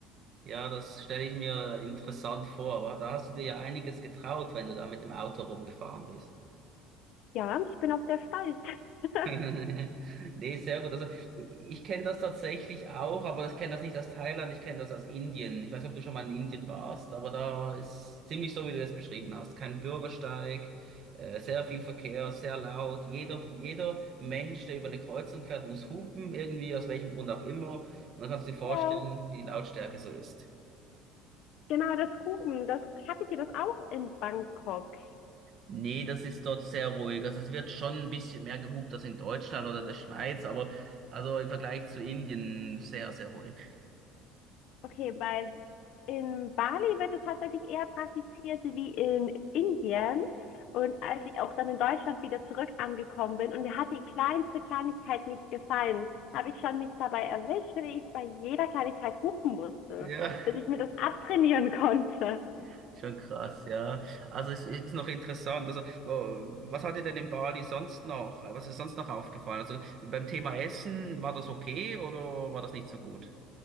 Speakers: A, on the right; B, on the left.
A: Ja, das stelle ich mir interessant vor, aber da hast du dir ja einiges getraut, wenn du da mit dem Auto rumgefahren bist.
B: Ja, ich bin auch sehr stolz. <laughs>
A: <laughs> Nee, sehr gut. Also ich kenne das tatsächlich auch, aber ich kenne das nicht aus Thailand, ich kenne das aus Indien. Ich weiß nicht, ob du schon mal in Indien warst, aber da ist ziemlich so, wie du das beschrieben hast. Kein Bürgersteig, äh, sehr viel Verkehr, sehr laut. Jeder, hu- jeder Mensch, der über eine Kreuzung fährt, muss hupen, irgendwie, aus welchem Grund auch immer. Und dann kannst du dir vorstellen,
B: Ja,
A: wie die Lautstärke so ist.
B: genau, das Rufen, das hattet ihr das auch in Bangkok.
A: Nee, das ist dort sehr ruhig. Also es wird schon ein bisschen mehr gehupt als in Deutschland oder der Schweiz, aber also im Vergleich zu Indien sehr, sehr ruhig.
B: Okay, bei in Bali wird es tatsächlich eher praktiziert wie in Indien. Und als ich auch dann in Deutschland wieder zurück angekommen bin und mir hat die kleinste Kleinigkeit nicht gefallen, habe ich schon mich dabei erwischt, wie ich bei jeder Kleinigkeit hupen musste,
A: Ja,
B: bis ich mir das abtrainieren <laughs> konnte.
A: <laughs> schon krass, ja. Also es ist noch interessant. Also, oh, was hat dir denn in Bali sonst noch? Was ist sonst noch aufgefallen? Also beim Thema Essen, war das okay oder war das nicht so gut?